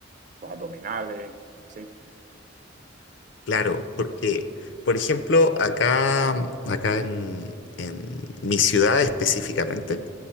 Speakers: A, on the right; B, on the left.
A: los abdominales, sí,
B: Claro, porque, por ejemplo, acá, acá en, en mi ciudad específicamente,